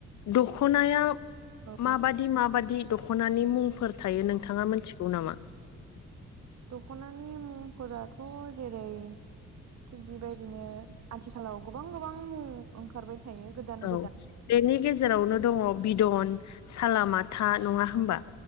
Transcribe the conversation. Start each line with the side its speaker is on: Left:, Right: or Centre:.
Left: दख'नाया
Right: औ
Left: माबादि माबादि दख'नानि मुंफोर थायो नोंथाङा मोनथिगौ नामा?
Right: दख'नानि मुंफोराथ' जेरै थिग बेबायदिनो आथिखालाव गोबां गोबां ओंखारबाय थायो गोदान
Left: औ
Right: गोदान
Left: बेनि गेजेरावनो दङ बिदन सालामाथा नङा होमबा?